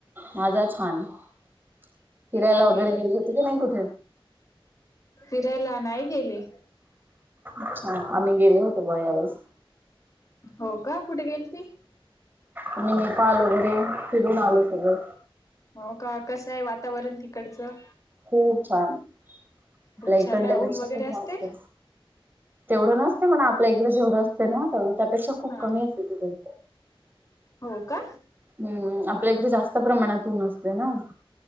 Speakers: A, on the right; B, on the left.
A: माझा छान फिरायला
B: छान
A: वगैरे
B: गेल्यात
A: गेली
B: का
A: होती की नाही कुठे?
B: फिरायला नाही गेले.
A: अच्छा आम्ही गेल होतो यावेळेस
B: हो का कुठे गेल ती?
A: आणि नेपाल वगैरे फिरून आले सगळं.
B: हो का कसं आहे वातावरण तिकडचं?
A: खूप छान आपल्या
B: खूप
A: इकडल्यापेक्षा
B: छान आहे ऊन वगैरे
A: खूप
B: असते?
A: वागते. तेवढं नसते मण आपल्या इकडें जेवढं असते ना तेवढं. पेक्षा खूप
B: हा
A: कमी असते तिकडे.
B: हो का
A: हम्म आपल्या इकडे जास्त प्रमाणात ऊन असते ना.